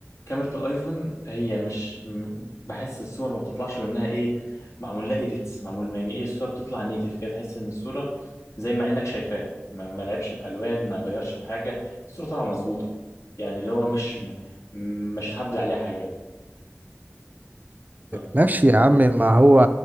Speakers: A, on the left; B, on the right.
A: كاميرا الايفون هي مش م- بحس الصور ما بتطلعش منها ايه معمول لها ايديتس معمول يعني ايه الصوره بتطلع نيتف كده تحس ان الصوره زي ما عينك شايفاها ما, ما لعبش في الوان ما غيرش في حاجه الصوره طالعه مظبوطه يعني اللي هو مش م... مش هتعدل عليها حاجه طب
B: ماشي يا عم ما هو